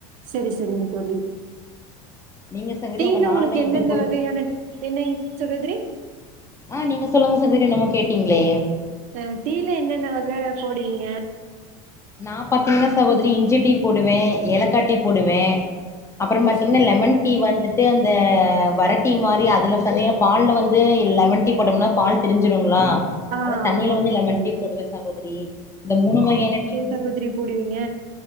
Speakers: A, on the right; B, on the left.
A: சரி சரிங்க தோழி
B: நீங்க சகோதரி
A: டீயில
B: உங்க நாள்லா
A: உங்களுக்கு
B: எப்டி
A: எந்தெந்த
B: போயிட்டு
A: வகையான என்னங் சகோதரி
B: அ நீங்க சொல்லுங்க சகோதரி என்னமோ கேட்டீங்களே
A: த டீயில என்னென்ன வக போடுவீங்க
B: நா பாத்தீங்கன்னா சகோதிரி இஞ்சி டீ போடுவே ஏலக்கா டீ போடுவே அப்பறம்
A: சரி
B: பாத்தீங்கென்னாலெமன்
A: சரிங்க
B: டீ வந்துட்டு அந்த வரட் டி மாரி அதல சந்கே பால் வந்து லெமன் டீ போட்டோம்னா பால் திரிஞ்சிருங்களா
A: ஆ
B: அத தண்ணியில
A: ஆமாங்க
B: வந்து லெமன்
A: சகோதரி
B: டீ போடுவ சாகோதிரி இந்த மூணு வகையான டீ
A: சகோதிரி போடுவிங்க